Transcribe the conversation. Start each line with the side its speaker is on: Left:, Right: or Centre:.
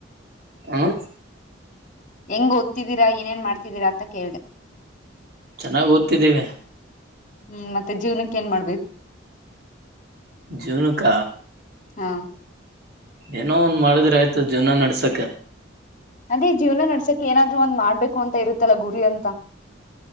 Right: ಹ
Left: ಹೆಂಗ್ ಓದ್ತಿದ್ದೀರಾ ಏನೇನ್ ಮಾಡ್ತಿದ್ದೀರಾ ಅಂತ ಕೇಳಿದೆ
Right: ಚೆನ್ನಾಗಿ ಓದ್ತಿದ್ದೀವಿ
Left: ಹ್ಮ್ ಮತ್ತೆ ಜೀವ್ನಕ್ಕೆ ಏನ್ ಮಾಡ್ಬೇ
Right: ಜೀವ್ನಕ್ಕ
Left: ಹಾ
Right: ಏನೋ ಒಂದ್ ಮಾಡಿದ್ರೆ ಆಯ್ತು ಜೀವನ ನಡ್ಸಕೆ
Left: ಅದೇ ಜೀವನ ನಡ್ಸಕ್ ಏನಾದ್ರು ಒಂದ್ ಮಾಡ್ಬೇಕು ಅಂತ ಇರುತ್ತಲ್ಲ ಗುರಿ ಅಂತ